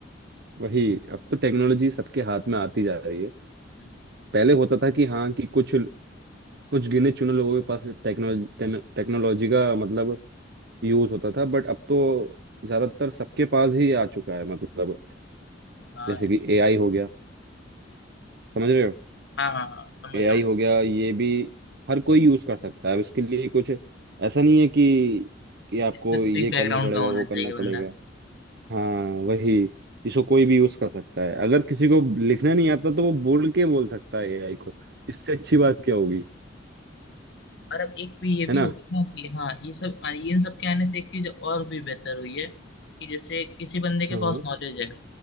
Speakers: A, on the right; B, on the left.
A: वही अब तो टेक्नोलॉजी सबके हाथ में आती जा रही है
B: हम्म,
A: पहले होता था कि हाँ कि कुछ कुछ गिने चुने लोगों के पास टेक्नोलॉजी टेक्नोलॉजी का मतलब यूज होता था बट अब तो ज्यादातर सबके पास ही आ चुका है मतलब
B: हाँ
A: जैसे
B: यार
A: कि एआई हो गया समझ रहे हो
B: हाँ हाँ हाँ समझ
A: एआई
B: रहा
A: हो
B: हूँ
A: गया ये भी हर कोई यूज कर सकता है अब इसके लिए कुछ ऐसा नहीं है कि कि आपको
B: स्पेसिफिक
A: ये
B: बैकग्राउंड
A: करना पड़ेगा
B: का होना
A: वो करना
B: चाहिए
A: पड़ेगा
B: बंदा
A: हाँ वही इसको कोई भी यूज कर सकता है अगर किसी को लिखना नहीं आता तो वो बोल के बोल सकता है एआई को इससे अच्छी बात क्या होगी
B: और अब एक भी ये भी
A: है ना
B: हो गया ना कि हाँ ये सब आ- इन सब के आने से एक चीज और भी बेहतर हुई है कि जैसे किसी बंदे के
A: हाँ
B: पास नॉलेज है